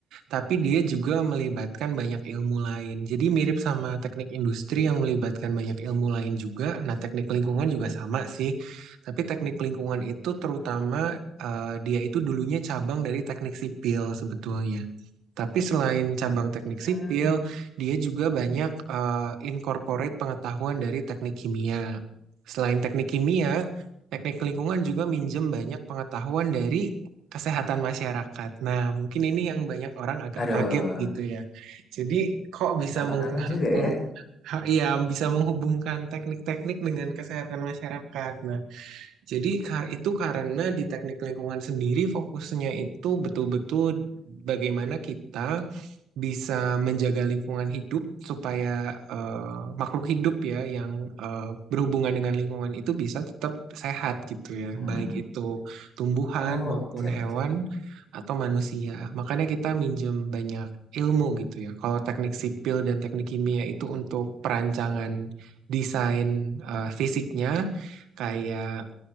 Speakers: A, on the right (about 85°); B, on the left (about 35°).
A: tapi dia juga melibatkan banyak ilmu lain. Jadi mirip sama teknik industri yang melibatkan banyak ilmu lain juga. Nah, teknik lingkungan juga sama sih, tapi teknik lingkungan itu terutama eh, dia itu dulunya cabang dari teknik sipil sebetulnya. Tapi selain cabang teknik
B: Hmm.
A: sipil, dia juga banyak eh, incorporate pengetahuan dari teknik kimia. Selain teknik kimia, teknik lingkungan juga minjem banyak pengetahuan dari kesehatan masyarakat. Nah, mungkin ini yang banyak orang agak
B: Aduh,
A: kaget gitu ya. Jadi, kok bisa
B: nano-nano
A: meng,
B: juga
A: meng-
B: ya?
A: ha- iya, bisa menghubungkan teknik-teknik dengan kesehatan masyarakat? Nah, jadi ka- itu karena di teknik lingkungan sendiri fokusnya itu betul-betul bagaimana kita bisa menjaga lingkungan hidup supaya eh, makhluk hidup ya yang eh, berhubungan dengan lingkungan itu bisa tetap sehat gitu ya,
B: Hmm?
A: baik itu tumbuhan
B: Oh,
A: maupun
B: oke
A: hewan
B: oke.
A: atau manusia. Makanya kita minjem banyak ilmu gitu ya. Kalau teknik sipil dan teknik kimia itu untuk perancangan desain eh, fisiknya kayak